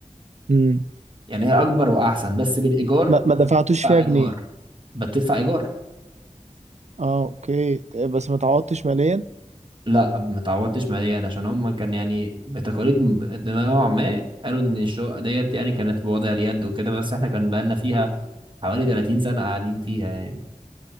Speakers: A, on the right; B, on the right.
A: امم
B: يعني هي اكبر واحسن بس بالايجار
A: ما ما دفعتوش
B: فانت بتدفع
A: فيها
B: ايجار
A: جنيه
B: بتدفع ايجار
A: اه اوكي طيب، بس ما تعوضتش ماليا
B: لا ما اتعودتش ماليا عشان هم كان يعني بتقاليد م- نوعا ما قالوا ان الشقه ديت يعني كانت بوضع اليد وكده بس احنا كان بقالنا فيها حوالي 30 سنه قاعدين فيها يعني